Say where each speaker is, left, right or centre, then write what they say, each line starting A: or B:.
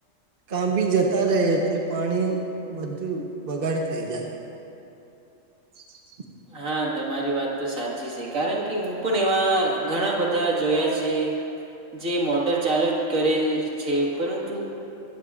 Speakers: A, on the right; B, on the right.
A: કામ બી જતા રહે એટલે પાણી વધુ બગાડ થઈ જાય. <inaudible>
B: હા તમારી વાત તો સાચી છે કારણ કે હું પણ એવા ઘણા બ ધા જોયા છે જે મોટર ચાલુ જ કરે છે પરંતુ